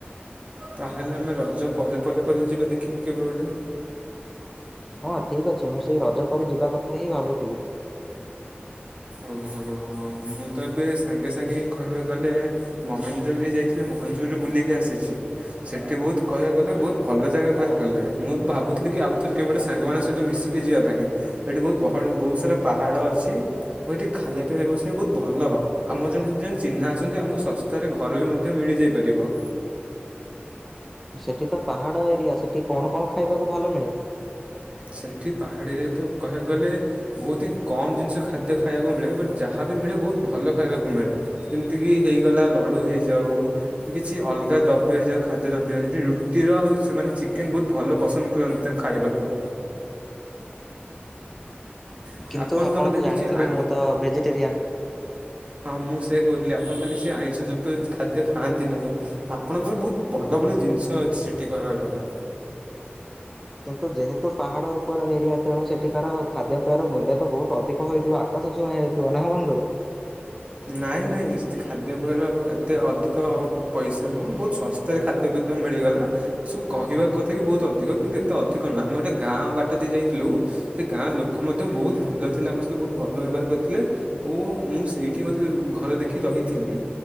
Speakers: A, on the right; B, in the centre.
A: ତାହେଲେ ଆମେ ରଜ ପରେ ପରେ ପରେ ଯିବା ଦେଖିକି କେବେ ଗୋଟେ।
B: ହଁ ଠିକ୍ ଅଛି ମୁଁ ସେଇ ରଜପରେ ଯିବା କଥା ହିଁ ଭାବୁଥିଲି।
A: ଓହୋ ହଁ ମୁଁ ତ ଏବେ ସାଙ୍ଗେ ସାଙ୍ଗେ ହି କହିବାକୁ ଗଲେ ମହେନ୍ଦ୍ରଗିରି ଯାଇଥିଲି ମହେନ୍ଦ୍ରଗିରି ରୁ ବୁଲିକି ଆସିଚି। ସେଠି ବହୁତ କହିବାକୁ ଗଲେ ବହୁତ ଭଲ ଜାଗା କହିବାକୁ ଗଲେ ମୁଁ ଭାବୁଥିଲି କି ଆଉ ଥରେ କେବେ ଗୋଟେ ସାଙ୍ଗମାନଙ୍କ ସହିତ ମିଶିକି ଯିବା ପାଇଁ ସେଇଠି ବହୁତ ବ ବହୁତ ସାରା ପାହାଡ଼ ଅଛି। ମୁଁ ସେଠି ଖାଇବା ପିଇବା ବ୍ୟବସ୍ତା ବହୁତ ଭଲ ଆମର ଜଣେ ସେଠି ଚିହ୍ନାଅଛନ୍ତି ଆମକୁ ଶସ୍ତାରେ ଘର ବି ମଧ୍ୟ ମିଳିଯାଇପାରିବ।
B: ସେଠି ତ ପାହାଡ ଏରିଆ ସେଠି କଣ କଣ ଖାଇବାକୁ ଭଲ ମିଳେ?
A: ସେଠି ପାହାଡିରେ ତ କହିବାକୁ ଗଲେ ବହୁତ ହିଁ କମ୍ ଜିନିଷ ଖାଦ୍ୟ ଖାଇବାକୁ ମିଳେ ବଟ୍ ଯାହାବି ମିଳେ ବହୁତ ଭଲ ଖାଇବାକୁ ମିଳେ। ଏମିତିକି ହେଇଗଲା ଲଡୁ ହେଇଯାଉ। କି କିଛି ଅଲଗା ଦ୍ରବ୍ୟ ହେଇଯାଉ ଖାଦ୍ୟ ଦ୍ରବ୍ୟ ସେଠି ରୁଟିର ଆଉ ସେମାନେ ଚିକେନ୍ ବହୁତ ଭଲ ପସନ୍ଦ କର ତା ଖାଇବାକୁ। <inaudible>
B: କିନ୍ତୁ ଆପଣ
A: ବୋଧେ
B: ତ ଜାଣିଥିବେ
A: କିଛି ଆ
B: ମୁଁ ତ ଭେଜିଟେରିଆନ୍?
A: ହଁ ମୁଁ ସେଇଆ କହୁଥିଲି ଆପଣ ତ କିଛି ଆଇଁଷ ଯୁକ୍ତ ଖାଦ୍ୟ ଖାଆନ୍ତି ନାହିଁ। ଆପଣଙ୍କ ପାଇଁ ବହୁତ ଭଲ ଭଲ ଜିନିଷ ଅଛି ସେଠି କହିବାକୁ ଗଲେ।
B: କିନ୍ତୁ ଯେହେତୁ ପାହାଡ଼ ଉପର ଏରିଆ ତେଣୁ ସେଠିକାର ଖାଦ୍ୟ ପେୟର ମୂଲ୍ୟ ତ ବହୁତ ଅଧିକ ହୋଇଥିବ ଆ ଆକାଶ ଛୁଆଁ ହେଇଥିବା ନାଁ ବନ୍ଧୁ?
A: ନାଇଁ ନାଇଁ ସେଠି ଖାଦ୍ୟପେୟର ଏତେ ଅଧିକ ପଇସା ନୁହଁ ବହୁତ ଶ ତେ ଖାଦ୍ୟ ଫାଦ୍ୟ ମିଳିଗଲା। ଏସବୁ କହିବା କଥା କି ବହୁତ ଅଧିକ କିନ୍ତୁ ଏତେ ଅଧିକ ନୁହଁ ଆମେ ଗୋଟେ ଗାଁ ବାଟ ଦେଇ ଯାଇଥିଲୁ। ସେ ଗାଁର ଲୋକ ମଧ୍ୟ ବହୁତ ଭଲଥିଲେ ଆମ ସହିତ ବହୁତ ଭଲ ବ୍ୟବହାର କରିଥିଲେ ଓ ମୁଁ ସେ ଏଇଠି ବୋଧେ ଘର ଦେଖି ରହିଥିଲି।